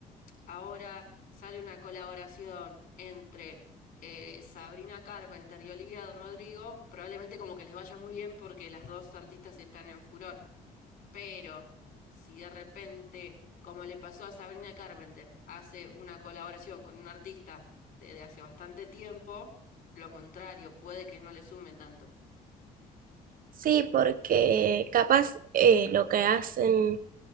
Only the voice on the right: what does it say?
Sí, porque capaz eh, lo que hacen